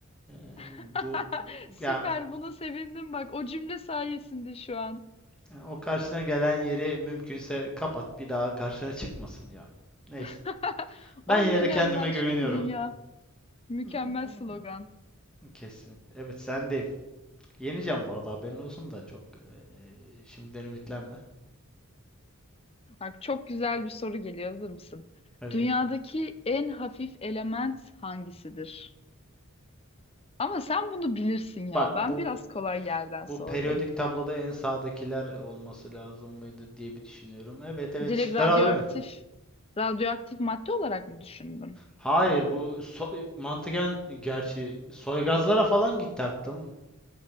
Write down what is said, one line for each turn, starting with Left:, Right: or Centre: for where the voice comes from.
Centre: Ee,
Left: <laughs>
Centre: bu
Left: Süper
Centre: yani
Left: buna sevindim bak o cümle sayesinde şu an.
Centre: E, O karşısına gelen yeri mümkünse kapat. Bir daha karşına çıkmasın ya. Neyse.
Left: <laughs>
Centre: Ben
Left: 10
Centre: yine
Left: milyar
Centre: de kendime
Left: yıl aşkın
Centre: güveniyorum.
Left: dünya. Mükemmel
Centre: Hmm,
Left: slogan.
Centre: Kesinlikle. Evet sendeyim. Yeneceğim bu arada haberin olsun da çok eee, şimdiden ümitlenme.
Left: Bak çok güzel bir soru geliyor. Hazır mısın?
Centre: Evet.
Left: Dünyadaki en hafif element hangisidir? Ama sen bunu bilirsin ya.
Centre: Bak
Left: Ben
Centre: bu
Left: biraz kolay yerden
Centre: bu
Left: sordum.
Centre: periyodik tabloda en sağdakiler olması lazım mıydı diye bir düşünüyorum. Evet evet
Left: Direkt
Centre: şıkları
Left: radyoaktif,
Centre: alabilir miyim?
Left: radyoaktif madde olarak mı düşündün?
Centre: Hayır bu so- mantıken gerçi soygazlara falan gitti aklım.